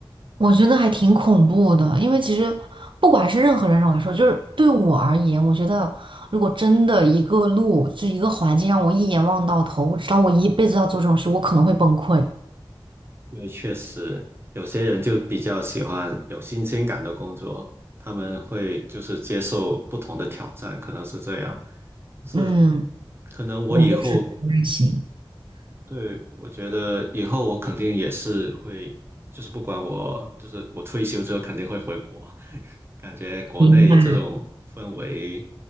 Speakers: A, on the right (about 65°); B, on the right (about 25°).
A: 我觉得还挺恐怖的，因为其实不管是任何人来说，就是对我而言，我觉得如果真的一个路，就一个环境让我一眼望到头，我知道我一辈子要做这种事，我可能会崩溃。
B: 因为确实有些人就比较喜欢有新鲜感的工作，他们会就是接受不同的挑战，可能是这样。但是
A: 嗯，
B: 可能我以后，
A: 我就是这种类型，
B: 对，我觉得以后我肯定也是会，就是不管我，就是我退休之后肯定会回国，<laughs> 感觉国内这种氛围，
A: 明白，